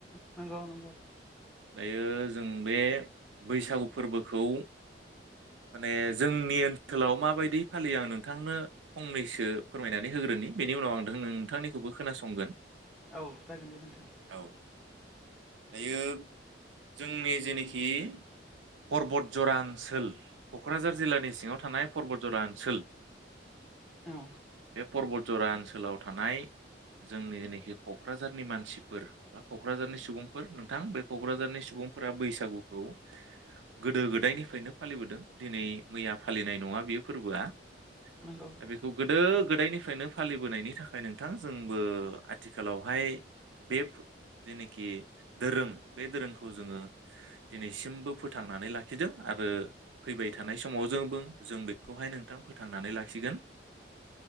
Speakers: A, in the centre; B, on the right.
A: नंगौ नंगौ
B: दायो जों बे बैसागु फोरबोखौ माने जोंनि ओनसोलाव माबायदि फालियो आं नोंथांनो फंनैसो फोरमायनानै होग्रोनि बेनि उनाव आं नोंथांनिखौबो खोनासंगोन
A: औ जागोन दे नोंथां
B: औ दायो जोंनि जेनोखि पर्बत जरा ओनसोल कक्राझार जिल्लानि सिङाव थानाय पर्बत जरा ओनसोल
A: औ
B: बे परबत जरा ओनसोलाव थानाय जोंनि जेनोखि कक्राझारनि मानसिफोर बा कक्राझारनि सुबुंफोर नोंथां बे कक्राझारनि सुबुंफोरा बैसागुखौ गोदो गोदायनिफ्रायनो फालिबोदों दिनै मैया फालिनाय नङा बे फोरबोआ दा
A: नंगौ
B: बेखौ गोदो गोदायनिफ्रायनो फालिबोनायनि थाखाय नोंथां जोंबो आथिखालावहाय बे फो जेनोखि दोरों बे दोरोंखौ जोङो दिनैसिमबो फोथांनानै लाखिदों आरो फैबाय थानाय समाव जों जों बेखौहाय नोंथां फोथांनानै लाखिगोन